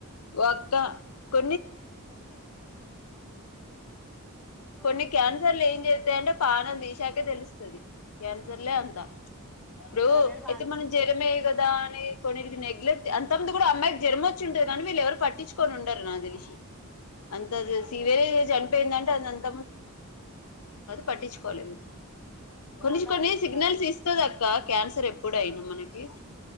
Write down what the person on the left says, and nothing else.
ఒక్క తె
కొన్ని క్యాన్సర్లు ఏం చేస్త తంట పానం తీశాకే తెలుస్తుది క్యాన్సర్లే
అంతా ఇప్పుడు
అయితే
మనం జ్వరమేయ్య కదా అని కొకి నెగలెక్ట్ అంతంది కూడా అమ్మాయికి జన్మ వచ్చి ఉంటుది కానీ వీళ్ళు ఎవరు పట్టిచ్చుకొని ఉండరు నాకు తెలిసి అంత
సవేర జం అంత గడ్డి, ఆ గడ్డి పక్క పొంటి మొత్తం మొత్తం రోడ్డు ఉన్నది కొంచ
కొన్ని
సిగ్నల్స్ ఇస్తుంది ఇ క్యాన్సర్ ఎప్పుడ అయినా మనకి